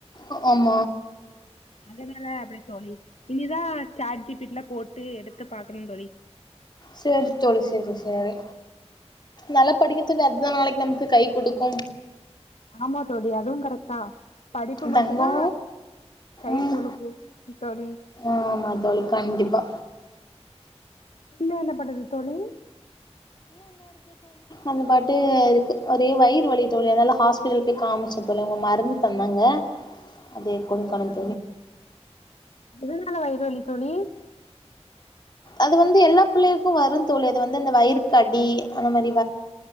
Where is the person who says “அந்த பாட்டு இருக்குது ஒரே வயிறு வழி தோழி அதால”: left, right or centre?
Left